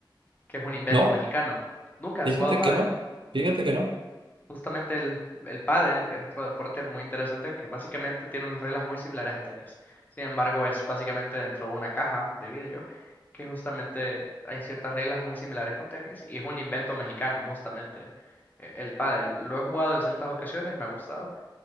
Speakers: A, on the left; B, on the right.
A: que es un invento
B: No,
A: mexicano. ¿Nunca
B: fíjate
A: has jugado pádel?
B: que no, fíjate que no.
A: Justamente el, el pádel es otro deporte muy interesante que básicamente tiene unas reglas muy similares a tenis. Sin embargo, es básicamente dentro de una caja de vidrio que justamente hay ciertas reglas muy similares con tenis y es un invento mexicano justamente eh, el pádel. Lo he jugado en ciertas ocasiones, me ha gustado.